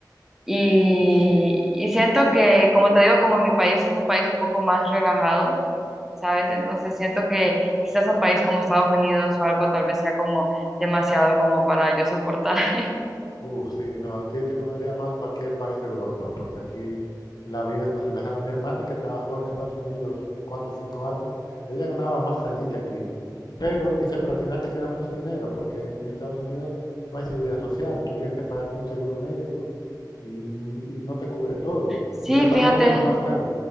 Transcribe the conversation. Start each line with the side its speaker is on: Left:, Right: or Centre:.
Centre: Y,
Left: Sí,
Centre: y siento que, como te digo, como mi país es un país un poco más relajado, ¿sabes? Entonces siento que quizás un país como Estados Unidos o algo tal vez sea como demasiado como para yo soportar. <laughs>
Left: Uf, sí, no, a ti te convendría más cualquier país de Europa, porque aquí la vida es más relajada. Mi hermana que trabajó en Estados Unidos cuatro o cinco años, ella ganaba más allí que aquí. Pero dice, pero al final te queda menos dinero, porque en Estados Unidos no hay seguridad social. Tú tienes que pagarte un seguro médico y, n- y no te cubre todo.
Centre: Sí,
Left: Ella pagaba
Centre: fíjate,
Left: uno de los más caros.